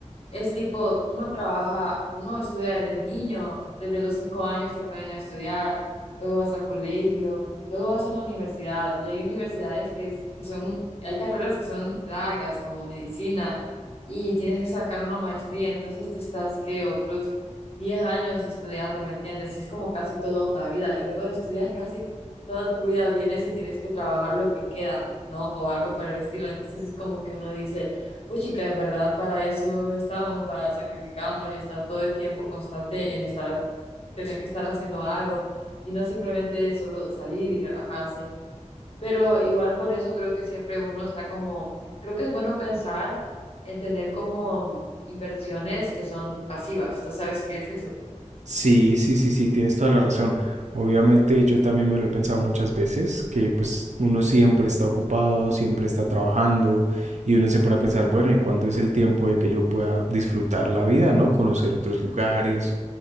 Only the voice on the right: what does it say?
Sí, sí, sí, sí, tienes toda la razón. Obviamente yo también me lo he pensado muchas veces, que pues uno siempre está ocupado, siempre está trabajando y uno se pone a pensar, bueno, ¿y cuándo es el tiempo de que yo pueda disfrutar la vida, ¿no? Conocer otros lugares,